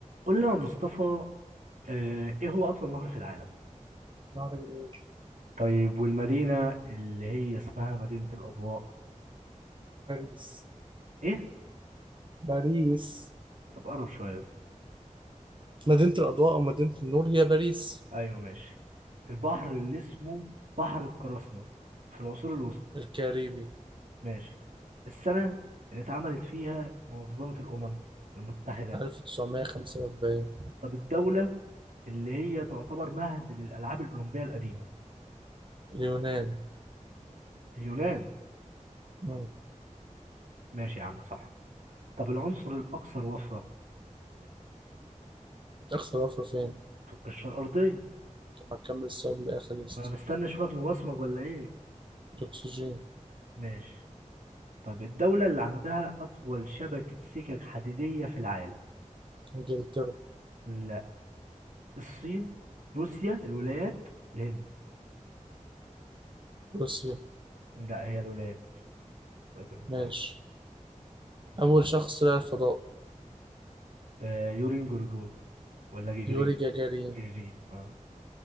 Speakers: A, on the right (about 80°); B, on the right (about 40°).
A: قول لي يا مصطفى آه، ايه هو اطول نهر في العالم
B: نهر النيل
A: طيب والمدينة اللي هي اسمها مدينة الاضواء
B: باريس
A: ايه
B: باريس
A: طب قرب شوية بس
B: مدينة الأضواء أو مدينة النور هي باريس
A: ايوه ماشي البحر اللي اسمه بحر القراصنة في العصور الوسطى
B: الكاريبي
A: ماشي السنة اللي اتعملت فيها منظمة الأمم المتحدة
B: 1945
A: طب الدولة اللي هي تعتبر مهد للألعاب الأولمبية القديمة
B: اليونان
A: اليونان
B: مم.
A: ماشي يا عم صح طب العنصر الأكثر وفرة
B: أقصى ضفر فين؟
A: في القشرة الأرضية
B: لما تكمل السؤال لآخر لست
A: وأنا مستني أشوفك مبصمج ولا إيه
B: الأكسجين
A: ماشي طب الدولة اللي عندها أطول شبكة سكك حديدية في العالم
B: إنجلترا
A: لا الصين روسيا الولايات الهند
B: روسيا
A: لا هي الولايات الولايات المتحدة
B: ماشي أول شخص طلع الفضاء
A: آه يورين جورجو ولا جيجرين
B: يوري جاجارين
A: جيجرين اه